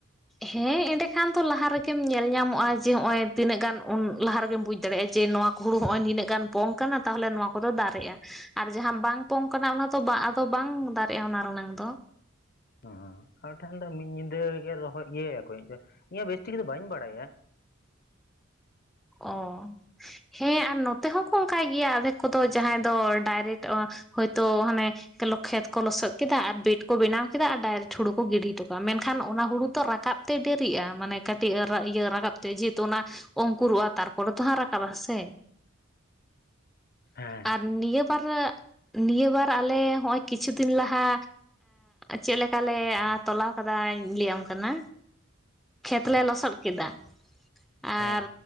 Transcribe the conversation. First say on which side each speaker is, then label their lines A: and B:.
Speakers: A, in the centre; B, on the left.
A: ᱦᱮᱸ ᱮᱸᱰᱮᱠᱷᱟᱱ ᱫᱚ ᱞᱟᱦᱟ ᱨᱮᱜᱮᱢ ᱧᱮᱞ ᱧᱟᱢᱚᱜᱼᱟ ᱡᱮ ᱱᱚᱜ ᱚᱭ ᱛᱤᱱᱟᱹᱜ ᱜᱟᱱ ᱞᱟᱦᱟ ᱨᱮᱜᱮᱢ ᱵᱩᱡ ᱫᱟᱲᱮᱭᱟᱜᱼᱟ ᱡᱮ ᱱᱚᱣᱟ ᱦᱩᱲᱩ ᱦᱚᱸᱜ-ᱚᱭ ᱱᱤᱱᱟᱹᱜ ᱜᱟᱱ ᱯᱚᱝ ᱠᱟᱱᱟ ᱛᱟᱦᱚᱞᱮ ᱱᱚᱣᱟ ᱠᱚᱫᱚ ᱫᱟᱨᱮᱜᱼᱟ᱾ ᱟᱨ ᱡᱟᱦᱟᱸ ᱵᱟᱝ ᱯᱚᱝ ᱠᱟᱱᱟ ᱚᱱᱟ ᱫᱚ ᱟᱫᱚ ᱵᱟᱝ ᱫᱟᱨᱮᱜᱼᱟ ᱚᱱᱟ ᱨᱮᱱᱟᱝ ᱫᱚ᱾
B: ᱦᱮᱸ ᱟᱞᱮᱴᱷᱮᱱ ᱫᱚ ᱢᱤᱫ ᱧᱤᱫᱟᱹ ᱜᱮ ᱨᱚᱦᱚᱭ ᱤᱭᱟᱹᱭᱟᱠᱚ ᱤᱧ ᱦᱚᱸ ᱵᱮᱥ ᱴᱷᱤᱠ ᱫᱚ ᱵᱟᱹᱧ ᱵᱟᱲᱟᱭᱟ᱾
A: ᱚ ᱦᱮᱸ ᱟᱨ ᱱᱚᱛᱮ ᱦᱚᱸᱠᱚ ᱚᱱᱠᱟᱭ ᱜᱮᱭᱟ ᱟᱫᱷᱮᱠ ᱠᱚᱫᱚ ᱡᱟᱦᱟᱸᱭ ᱫᱚ ᱰᱟᱭᱨᱮᱠᱴ ᱦᱚᱭᱛᱚ ᱦᱟᱱᱮ ᱠᱷᱮᱛ ᱠᱚ ᱞᱚᱥᱚᱫ ᱠᱮᱫᱟ ᱟᱨ ᱵᱮᱰ ᱠᱚ ᱵᱮᱱᱟᱣ ᱠᱮᱫᱟ ᱟᱨ ᱰᱟᱭᱨᱮᱠᱴ ᱦᱩᱲᱩ ᱠᱚ ᱜᱤᱰᱤ ᱦᱚᱴᱚ ᱠᱟᱜᱼᱟ᱾ ᱢᱮᱱᱠᱷᱟᱱ ᱚᱱᱟ ᱦᱩᱲᱩ ᱫᱚ ᱨᱟᱠᱟᱵ ᱛᱮ ᱰᱮᱨᱤᱜᱼᱟ ᱢᱟᱱᱮ ᱠᱟᱹᱴᱤᱡ ᱤᱭᱟᱹ ᱨᱟᱠᱟᱵ ᱛᱮ ᱡᱮᱦᱮᱛᱩ ᱚᱱᱟ ᱚᱝᱠᱩᱨᱚᱜᱼᱟ᱾ ᱛᱟᱨᱯᱚᱨᱮ ᱛᱚ ᱦᱟᱸᱜ ᱨᱟᱠᱟᱵ-ᱟ ᱥᱮ᱾
B: ᱦᱮᱸ
A: ᱟᱨ ᱱᱤᱭᱟᱹ ᱵᱟᱨ ᱱᱤᱭᱟᱹ ᱵᱟᱨ ᱟᱞᱮ ᱦᱚᱜ-ᱟᱭ ᱠᱤᱪᱷᱩ ᱫᱤᱱ ᱞᱟᱦᱟ ᱪᱮᱫ ᱞᱮᱠᱟᱞᱮ ᱛᱚᱞᱟᱣ ᱠᱟᱫᱟᱧ ᱞᱟᱹᱭᱟᱢ ᱠᱟᱱᱟ᱾ ᱠᱷᱮᱛ
B: ᱦᱮᱸ
A: ᱞᱮ ᱞᱚᱥᱚᱫ ᱠᱮᱫᱟ ᱟᱨ
B: ᱦᱮᱸ